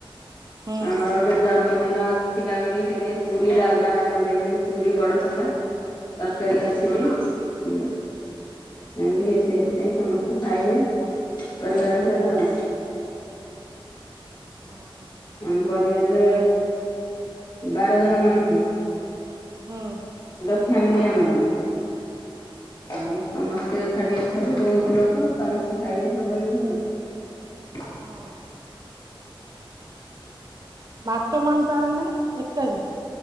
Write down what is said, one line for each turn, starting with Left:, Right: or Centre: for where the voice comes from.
Right: ହଁ।
Left: ଆମର ଗୋଟେ ଜନ୍ମଦିନ ଅଛି। ଥିଲା ବୋଲି ସେଥିାଇଁ ପୁରୀ ଡାଲମା ତାଙ୍କର ଦେଇଛନ୍ତି ପୁରୀ ବଡସୋଲା। ତରକାରୀ ଅଛି ବି ହୁଁ। ଏମିତି ମିଶେଇ ମିଶେଇ ସମସ୍ତେ ଖାଇବେ ପରିବାର ସାର ଆଉ।
Right: ହଁ
Left: ଆମ ପରିବାରରେ ବାର ଜଣ ମଣିଷ।
Right: ହଁ।
Left: ଫ୍ୟାମିଲୀ ଆମର ଆ ସମସ୍ତେ ଏକାଠି ଅଛନ୍ତି ବହୁତ। ଲୋକ ସମସ୍ତେ ଖାଇବେ ସାଙ୍ଗ ହେଇକି ଆଉ।
Right: ହଁ। ମାଛ ମାଉଟ ଆଣିନେ ଇତ୍ୟାଦି।